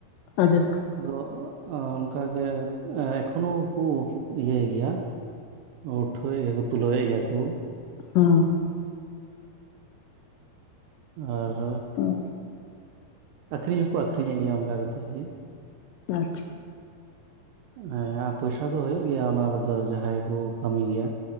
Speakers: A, on the left; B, on the right.
A: ᱟᱪᱷᱟ ᱪᱷᱟ᱾
B: ᱟᱫᱚ ᱮᱸ ᱚᱱᱠᱟ ᱜᱮ ᱮᱸ ᱮᱠᱷᱚᱱᱳ ᱠᱩ ᱤᱭᱟᱹᱭ ᱜᱮᱭᱟ, ᱩᱴᱷᱟᱹᱣᱮᱜ ᱜᱮᱭᱟ ᱠᱚ ᱛᱩᱞᱟᱹᱣᱮᱜ ᱜᱮᱭᱟ ᱠᱚ᱾
A: ᱦᱩᱸ᱾
B: ᱟᱨ
A: ᱦᱚᱸ
B: ᱟᱠᱷᱨᱤᱧ ᱦᱚᱸᱠᱚ ᱟᱠᱷᱨᱤᱧ ᱮᱫ ᱜᱮᱭᱟ ᱚᱱᱠᱟ ᱠᱟᱛᱮ ᱜᱮ᱾
A: ᱟᱪᱪᱷᱟ᱾
B: ᱦᱮᱸ ᱟ ᱯᱚᱭᱥᱟ ᱫᱚ ᱦᱳᱭᱳᱜ ᱜᱮᱭᱟ ᱚᱱᱟ ᱨᱮᱫᱚ ᱡᱟᱦᱟᱸᱭ ᱠᱚ ᱠᱟᱹᱢᱤ ᱜᱮᱭᱟ,